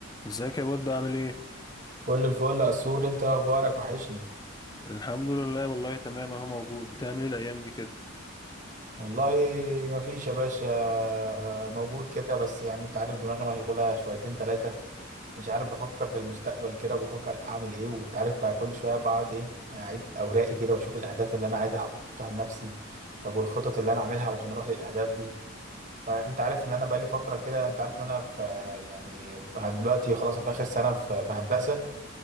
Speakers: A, on the left; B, on the right.
A: ازيك يا بود عامل ايه؟
B: كل الفل يا سور انت إيه اخبارك وحشني
A: الحمد لله والله تمام اهو موجود بتعمل ايه الايام دي كده؟
B: والله ما فيش يا باشا موجود كده بس يعني انت عارف دماغي مشغوله شويتين ثلاثه مش عارف بفكر في المستقبل كده بفكر اعمل ايه وانت عارف بقى كل شويه بقعد ايه اعيد اوراقي كده واشوف الاهداف اللي انا عايز احطها لنفسي طب والخطط اللي انا اعملها علشان اروح للاهداف دي فانت عارف ان انا بقالي فتره كده انت عارف ان انا في يعني في دلوقتي خلاص في اخر سنه في في هندسه